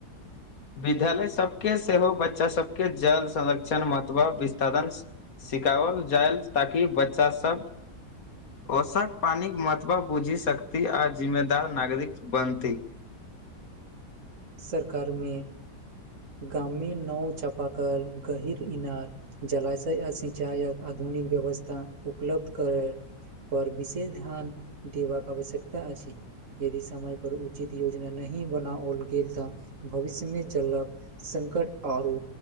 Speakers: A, on the left (about 50°); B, on the right (about 45°).
A: विद्यालय सबके सेहो बच्चा सबके जल संरक्षण महत्व विस्तरण सिखावल जायल ताकि बच्चा सब वर्षाक पानिक महतबा बुझि सकथि आ जिम्मेदार नागरिक बनथि।
B: सरकारमे गामी नओ चापा कल गहिर इनार जलाशय अ सिंचायक आधुनिक व्यवस्था उपलब्ध करे पर विशेष ध्यान देबाक आवश्यकता अछि। यदि समयपर उचित योजना नहि बनाओल गेल तऽ भविष्यमे जलक संकट आरो